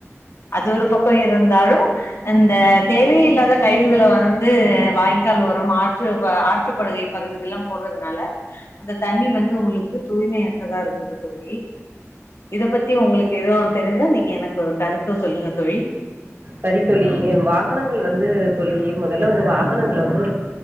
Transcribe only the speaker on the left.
அது ஒரு பக்கம் இருந்தாலும் அந்த தேவ இல்லாத கழிவுகள வந்து வாய்க்கால் ஓரமா ற்று ப்ப ஆற்றுப்படுகை பதுகுதெல்லாம் போடுறதனால அந்த தண்ணி வந்து உங்களுக்கு தூய்மைையற்றதா இருக்குது தோழி இத பத்தி ஒங்களுக்கு எதுவும் தெரிஞ்சா நீங்க எனக்கு ஒரு கருத்து சொல்லுங்க தோழி